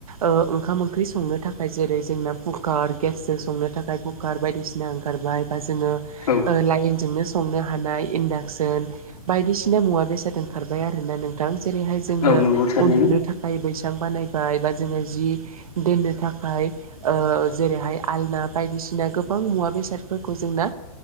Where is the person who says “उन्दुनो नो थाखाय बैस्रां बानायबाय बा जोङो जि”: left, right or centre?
Right